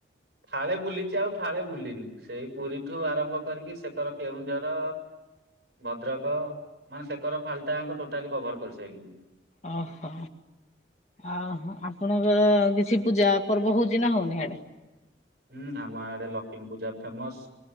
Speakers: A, on the right; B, on the left.
A: ଫାଳେ ବୁଲିଛି ଆଉ' ଫାଳେ ବୁଲିନି। ସେଇ ପୁରୀଠୁ ଆରମ୍ଭ କରିକି, ସେକର କେଉଁଝର ଭଦ୍ରକ ମାନେ, ସେକର ଫାଲଟାଙ୍କ ଟୋଟାଲି କଭର, କରିସାରିଲେଣି।
B: ଓହୋ। ଆ-ଆପଣଙ୍କ କିଛି ପୂଜା ପର୍ବ ହେଉଛି ନା ହଉନି ହିଆଡେ?
A: ହୁଁ, ଆମ ଆଡେ ଲକ୍ଷ୍ମୀ ପୂଜା ଫେମସ।